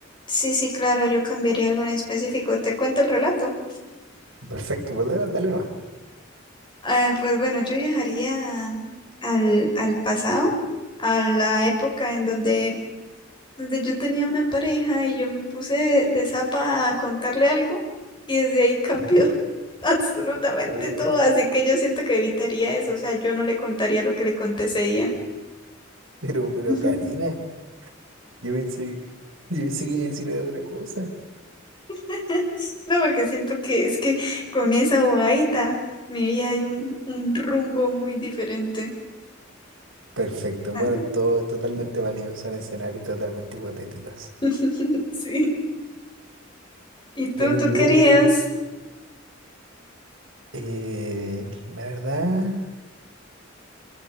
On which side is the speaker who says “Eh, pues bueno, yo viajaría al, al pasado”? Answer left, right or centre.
Left